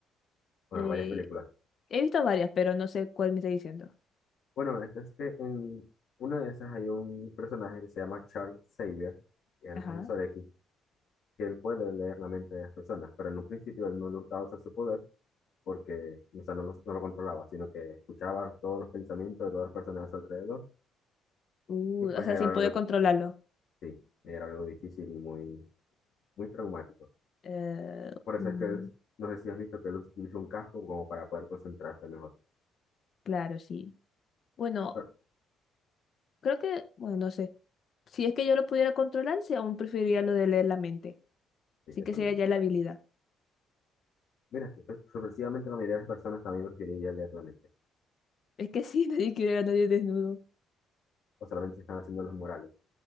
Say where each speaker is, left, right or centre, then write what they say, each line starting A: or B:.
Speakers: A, on the left; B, on the left.
A: Bueno,
B: Eh,
A: varias películas.
B: he visto varias, pero no sé cuál me está diciendo.
A: Bueno, esto es que en una de esas hay un personaje que se llama Charles Xavier, que es el
B: Ajá.
A: profesor X, que él puede leer la mente de las personas, pero en un principio él no le gustaba usar su poder porque, o sea, no, lo- no lo controlaba, sino que escuchaba todos los pensamientos de todas las personas a su alrededor
B: Uh,
A: y pues
B: o sea,
A: era
B: sin
A: algo,
B: poder controlarlo.
A: Sí, era algo difícil y muy, muy traumático.
B: Eh,
A: Por eso
B: mm,
A: es que es- no sé si has visto que él utilizó un casco como para poder concentrarse mejor.
B: claro, sí. Bueno,
A: Pero
B: creo que, bueno, no sé. Si es que yo lo pudiera controlar, sí, aún preferiría lo de leer la mente.
A: sí,
B: Así
A: yo
B: que
A: también.
B: sería ya la habilidad.
A: Mira, sorpre- sorpresivamente la mayoría de las personas también preferiría leer la mente.
B: Es que sí, <laughs> nadie quiere ver a nadie desnudo.
A: O solamente se están haciendo los morales.